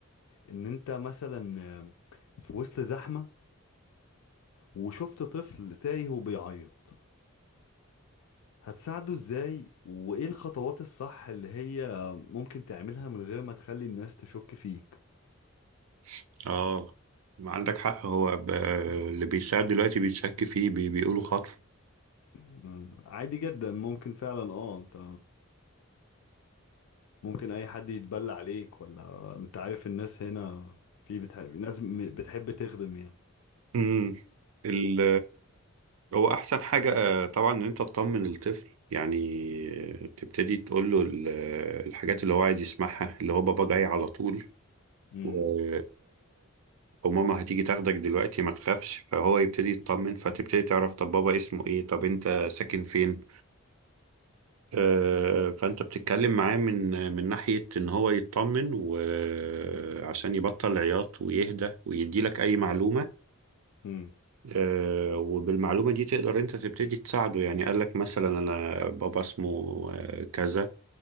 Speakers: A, on the left; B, on the right.
A: إن أنت مثلا في وسط زحمة وشفت طفل تايه وبيعيط هتساعده ازاي وايه الخطوات الصح اللي هي ممكن تعملها من غير ما تخلي الناس تشك فيك
B: <laughs> اه ما عندك حق هو ب... اللي بيساعد دلوقتي بيتشك فيه بي... بيقولوا خطف
A: مم. عادي جدا ممكن فعلا اه انت ممكن اي حد يتبلى عليك ولا انت عارف الناس هنا في بتحب ناس م- بتحب تخدم يعني
B: امم ال... هو احسن حاجة آه، طبعا ان انت تطمن الطفل يعني تبتدي تقول له ال... الحاجات اللي هو عايز يسمعها اللي هو بابا جاي على طول
A: مم.
B: و... وماما هتيجي تاخدك دلوقتي ما تخافش فهو يبتدي يطمن فتبتدي تعرف طب بابا اسمه ايه طب انت ساكن فين آه، فانت بتتكلم معاه من من ناحية ان هو يطمن وعشان يبطل عياط ويهدى ويدي لك اي معلومة
A: مم.
B: آه، وبالمعلومة دي تقدر انت تبتدي تساعده يعني قال لك مثلا انا بابا اسمه آه، كذا